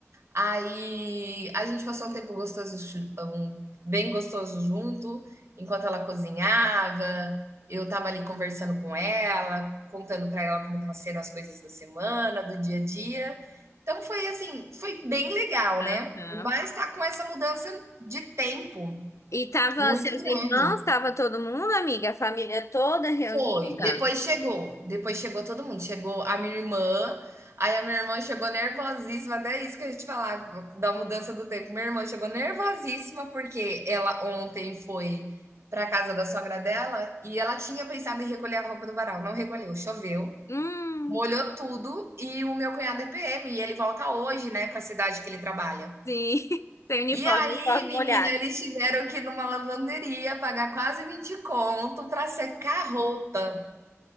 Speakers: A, on the right; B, on the left.
A: Aí a gente passou um tempo gostoso, chu- um- bem gostoso junto, enquanto ela cozinhava, eu tava ali conversando com ela, contando pra ela como tava sendo as coisas da semana, do dia a dia. Então foi assim, foi bem legal,
B: <laughs>
A: né?
B: Aham.
A: Mas tá com essa mudança de tempo
B: E tava
A: muito
B: seus irmãos,
A: grande.
B: tava todo mundo, amiga, a família toda reunida?
A: Foi, depois chegou, depois chegou todo mundo, chegou a minha irmã, aí a minha irmã chegou nervosíssima, até isso que a gente falava da mudança do tempo. Minha irmã chegou nervosíssima porque ela ontem foi para casa da sogra dela e ela tinha pensado em recolher a roupa do varal, não recolheu, choveu,
B: Hum,
A: molhou tudo e o meu cunhado é PM e ele volta hoje, né, para a cidade que ele trabalha.
B: sim. <laughs> Sem uniforme,
A: E aí,
B: uniforme
A: menina,
B: molhado.
A: eles tiveram que ir numa lavanderia pagar quase 20 conto para secar a roupa